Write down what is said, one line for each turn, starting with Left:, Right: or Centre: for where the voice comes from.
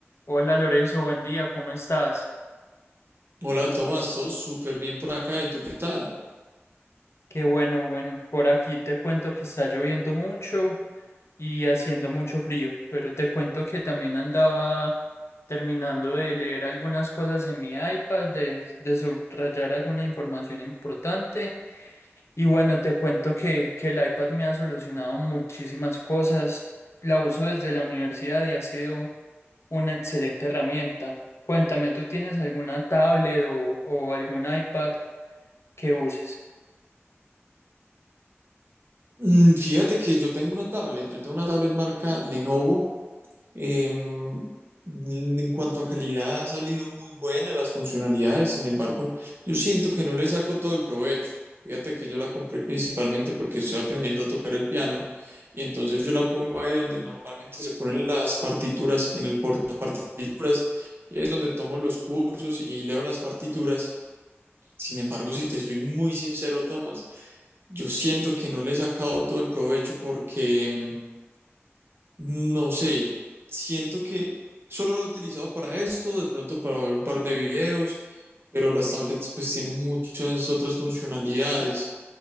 Left: Hola Lorenzo, buen día, ¿cómo estás?
Right: Hola Tomás, todo súper bien por acá. ¿Y tú qué tal?
Left: Qué bueno, bueno, por aquí te cuento que está lloviendo mucho y haciendo mucho frío, pero te cuento que también andaba terminando de leer algunas cosas en mi iPad, de, de subrayar alguna información importante y bueno, te cuento que, que el iPad me ha solucionado muchísimas cosas, la uso desde la universidad y ha sido una excelente herramienta. Cuéntame, ¿tú tienes alguna tablet o, o algún iPad? que uses.
Right: Mm, fíjate que yo tengo una tablet, yo tengo una tablet marca Lenovo. Em, en cuanto a calidad ha salido muy buena las funcionalidades, sin embargo, yo siento que no le saco todo el provecho. Fíjate que yo la compré principalmente porque estoy aprendiendo a tocar el piano y entonces yo la pongo ahí donde normalmente se ponen las partituras, en el portapartituras, y es donde tomo los cursos y leo las partituras. Sin embargo, si te soy muy sincero, Tomás, Yo siento que no le he sacado todo el provecho porque, mm, no sé, siento que solo lo he utilizado para esto, de pronto para ver un par de videos, pero las tablets pues tienen muchas otras funcionalidades.